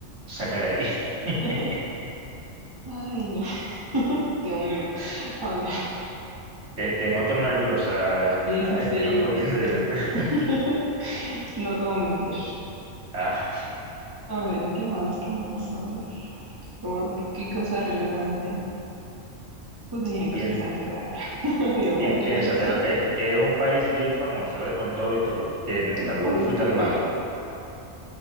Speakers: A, on the right; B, on the right.
A: Saca
B: Ok.
A: de ahí.
B: <laughs>
A: <laughs>
B: Ay, no, Dios mío, a ver,
A: Te, te noto nerviosa, Ximena,
B: sí, sí, sí,
A: ¿eh? Te noto bien
B: sí.
A: nerviosa.
B: <laughs>
A: <laughs>
B: No te voy a mentir.
A: Ah,
B: A ver, ¿qué más? ¿Qué más? A ver, ¿cómo- ¿qué, qué cosa relevante podría aquí
A: piens-
B: sacar? <laughs> Yo,
A: pi-
B: ¿para qué
A: piénsatelo,
B: pensar
A: que, que es un país bien famoso, ¿eh? Con todo y todo, que n-
B: con
A: tampoco
B: todo
A: fui
B: y todo?
A: tan malo.